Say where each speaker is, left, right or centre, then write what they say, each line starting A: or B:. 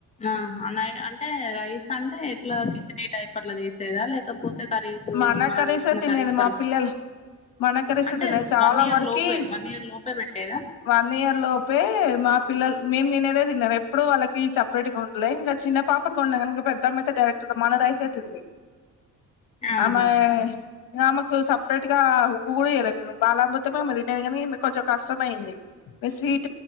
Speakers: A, on the left (about 20°); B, on the left (about 80°).
A: ఆ నై అంటే రైస్ అంటే ఎట్లా కిచిడి టైప్ అట్లా చేసేదా లేకపోతే కర్రీస్
B: మన
A: మనం
B: కర్రీసె
A: చేసుకున్న
B: తినేది
A: కర్రీస్ కల్
B: మా పిల్లల్ మన కర్రీసె
A: అంటే
B: తినేది చాలా
A: వన్ ఇయర్
B: వరకి
A: లోపే వన్ ఇయర్ లోపే పెట్టేదా
B: వన్ ఇయర్ లోపే మా పిల్లల్ మేమ్ తినేదే తిన్నారు ఎప్పుడు వాళ్ళకి సప్ రేట్గా ఉండలే ఇంక చిన్న పాపకు ఉన్నా కానీ ఇంకా పెద్దమ్మ అయితే డైరెక్ట్ మన రైసె తింది
A: ఆహాహా
B: ఆమే ఇంకా ఆమాకు సపరేట్ గా ఉ్గు కూడా చేయర నేను బాలఅమృతం మే తినను కానీ మీకు కొంచెం కష్టమ అయింది మీరు స్వీట్ <inaudible>